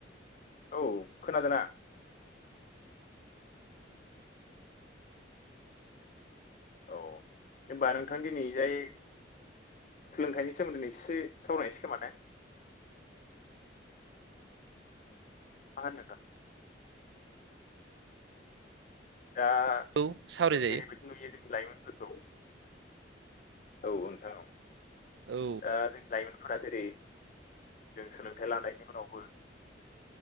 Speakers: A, on the left; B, on the right.
A: औ खोनादोना? औ होनबा नोंथां दिनै जाय सोलोंथाइनि सोमोन्दै नैसिसो सावरानोसै खोमा ने <unintelligible> दा
B: औ सावरायजायो
A: जों जेरैबायदि नुयो जोंनि लाइमोनफोरखौ औ नोंथां औ।
B: औ।
A: दा जों लाइमोनफोरा जेरै जों सोलोंथाइ लानायनिउनावबो